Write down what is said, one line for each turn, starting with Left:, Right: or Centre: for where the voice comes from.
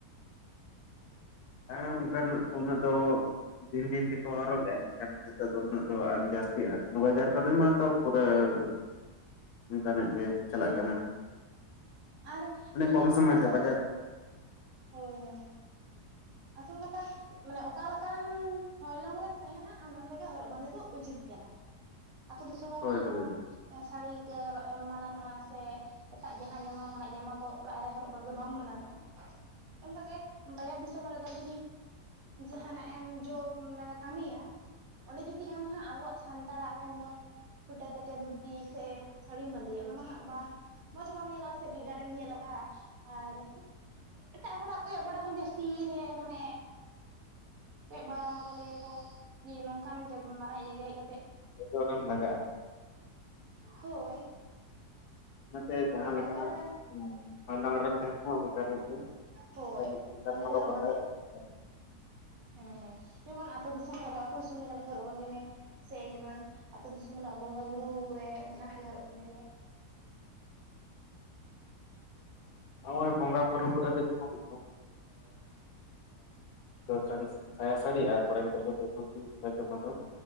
Left: ᱦᱮᱸ ᱚᱱᱠᱷᱟᱱ ᱩᱱᱟᱹᱜ ᱫᱚ ᱫᱤᱱ ᱫᱤᱱ ᱛᱮᱠᱚ ᱦᱚᱨᱚᱜᱟ। ᱮᱱᱠᱷᱟᱱ <unintelligible> ᱼᱼ ᱛᱮᱫᱚ ᱩᱱᱟᱹᱜ ᱫᱚ ᱟᱣᱨᱤ ᱡᱟᱹᱥᱛᱤᱜᱼᱟ। ᱱᱚᱣᱟ ᱵᱟᱡᱟᱨ ᱠᱚ ᱨᱮ ᱢᱟᱛᱚ ᱯᱩᱨᱟᱹ ᱼᱼ ᱚᱱᱠᱟᱱᱟᱜ ᱜᱮ ᱪᱟᱞᱟᱜ
Right: ᱦᱮᱸ
Left: ᱠᱟᱱᱟ।
Right: ᱟᱨ
Left: ᱢᱟᱱᱮ
Right: ᱤᱧᱟᱹᱜ
Left: ᱠᱚᱢ ᱥᱚᱢᱚᱭ
Right: ᱢᱚᱱᱮ
Left: ᱛᱮ
Right: ᱫᱚ
Left: ᱵᱟᱡᱟᱨ ᱼᱼ
Right: ᱦᱳᱭ ᱦᱳᱭ। ᱟᱥᱚᱞ ᱠᱟᱛᱷᱟ। ᱢᱟᱱᱮ ᱚᱠᱟᱞᱮᱠᱟᱱ ᱦᱚᱭᱞᱚᱝ ᱨᱮᱢ ᱛᱟᱦᱮᱱᱟ, ᱟᱢ ᱚᱸᱰᱮ ᱜᱮ ᱦᱚᱨᱚᱜ ᱵᱟᱸᱫᱮ ᱫᱚ ᱩᱪᱤᱛ ᱠᱟᱱᱟ। ᱟᱹᱛᱩ ᱫᱤᱥᱚᱢ
Left: ᱦᱳᱭ
Right: ᱨᱮ ᱡᱮᱢᱚᱱ,
Left: ᱦᱳᱭ
Right: ᱥᱟᱲᱤ ᱛᱮ ᱦᱚᱨᱚᱜ ᱮᱢ ᱢᱟᱱᱟᱱᱚᱜᱼᱟ। ᱥᱮ ᱼᱼ ᱮᱴᱟᱜ ᱡᱟᱦᱟᱸᱭ ᱡᱟᱢᱟ ᱞᱮᱠᱟᱱᱟᱜ ᱡᱟᱢᱟ ᱫᱚ ᱚᱲᱟᱜ ᱨᱮ ᱦᱚᱨᱚᱜ ᱵᱟᱲᱟ ᱫᱚ ᱵᱟᱢ ᱢᱟᱱᱟᱱᱚᱜᱼᱟ। ᱚᱱᱠᱟᱜᱮ ᱵᱟᱭᱟᱨ ᱫᱤᱥᱼᱼᱼ ᱥᱚᱢ ᱨᱮᱫᱚ ᱡᱩᱫᱤ ᱡᱟᱦᱟᱱᱟᱜ ᱮᱢ ᱡᱚ ᱢᱟᱱᱮ ᱠᱟᱹᱢᱤᱭᱟᱢ, ᱚᱸᱰᱮ ᱡᱩᱫᱤ ᱟᱢ ᱦᱟᱸᱜ ᱟᱵᱚᱣᱟᱜ ᱥᱟᱱᱛᱟᱲᱟᱜ, ᱢᱮᱱᱫᱚ ᱼᱼ ᱯᱷᱩᱴᱟᱹ ᱠᱟᱪᱟ ᱫᱷᱩᱛᱤ ᱥᱮ ᱥᱟᱹᱲᱤᱢ ᱵᱟᱸᱫᱮᱭᱟ। ᱚᱱᱟ ᱢᱟ ᱦᱟᱸᱜ ᱵᱟᱝ ᱼᱼ ᱢᱚᱡᱽ ᱵᱟᱢ ᱧᱮᱞᱚᱜᱼᱟ ᱥᱮ, ᱵᱷᱮᱜᱟᱨᱮᱢ ᱧᱮᱞᱚᱜᱼᱟ। ᱟᱨ ᱮᱴᱟᱜ ᱦᱚᱲᱟᱜ ᱠᱚᱭᱚᱜ ᱵᱟᱲᱟ ᱦᱚᱸ ᱡᱟᱹᱥ ᱼᱼ ᱛᱤᱨᱮ ᱢᱟᱱᱮ ᱠᱚᱭᱚᱜ ᱵᱟᱲᱟ ᱟᱢᱟ। ᱠᱚ ᱞᱟᱹᱭᱟ ᱠᱚ ᱡᱮ, ᱱᱚᱝᱠᱟᱱ ᱢᱟᱨᱟᱝ ᱧᱚᱜ ᱡᱟᱭᱜᱟ ᱦᱮᱡ ᱠᱟᱛᱮᱜ ᱼᱼ
Left: ᱵᱩᱡᱷᱟᱹᱣ ᱮᱢ ᱞᱟᱜᱟᱜᱼᱟ
Right: ᱦᱳᱭ᱾
Left: ᱚᱱᱟᱛᱮ
Right: ᱠᱤᱱᱛᱩ
Left: ᱡᱟᱦᱟᱸ
Right: ᱢᱟᱱᱮ
Left: ᱞᱮᱠᱟᱱᱟᱜ
Right: ᱚᱠᱟ ᱞᱮᱠᱟᱱ
Left: ᱦᱚᱭᱞᱚᱝ ᱨᱮᱢ ᱛᱟᱦᱮᱱᱟ ᱚᱱᱠᱟᱱᱟᱜᱮᱼᱼ
Right: ᱦᱳᱭ
Left: ᱚᱱᱠᱟᱱ ᱚᱱᱠᱟᱱ
Right: ᱚᱱᱠᱟ
Left: ᱦᱚᱨᱟᱜ
Right: ᱜᱮ ᱦᱚᱨᱚᱜ
Left: ᱵᱟᱸᱫᱮ ᱫᱚᱨᱠᱟᱨ᱾
Right: ᱦᱮᱸ ᱡᱮᱢᱚᱱ ᱟᱛᱳ ᱫᱤᱥᱚᱢ ᱨᱮ ᱟᱛᱳ ᱫᱤᱥᱚᱢ ᱨᱮᱱᱟᱜ ᱜᱮ ᱦᱚᱨᱚᱜ ᱵᱟᱸᱫᱮ ᱢᱮ᱾ ᱥᱮ ᱡᱮᱢᱚᱱ ᱟᱛᱳ ᱫᱤᱥᱚᱢ ᱨᱮᱱᱟᱜ ᱵᱚᱸᱜᱟ ᱵᱩᱨᱩ ᱨᱮ ᱚᱱᱠᱟᱱᱟᱜ ᱜᱮ ᱦᱚᱨᱚᱜ ᱵᱟᱸᱫᱮ ᱢᱮ᱾
Left: ᱦᱚᱸᱜᱼᱭ ᱵᱚᱸᱜᱟ ᱵᱩᱨᱩ
Right: ᱟᱨ
Left: ᱠᱚᱨᱮ ᱫᱚ ᱡᱮᱢᱚ ᱮ <inaudible> ᱥᱟᱭᱟ ᱥᱟᱹᱲᱤ ᱟᱨ ᱠᱚᱲᱟ ᱜᱤᱫᱽᱨᱟᱹ ᱠᱚᱫᱚ ᱫᱷᱩᱛᱤ ᱯᱮᱪᱳ ᱯᱟᱸᱰᱳ᱾